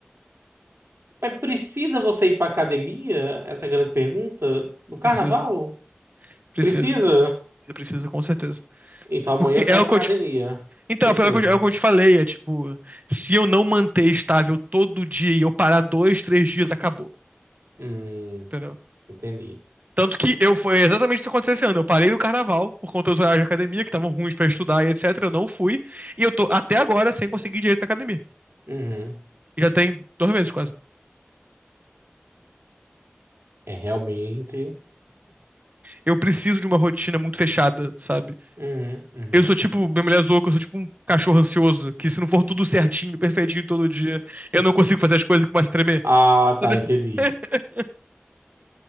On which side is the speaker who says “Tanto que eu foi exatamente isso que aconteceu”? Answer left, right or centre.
Right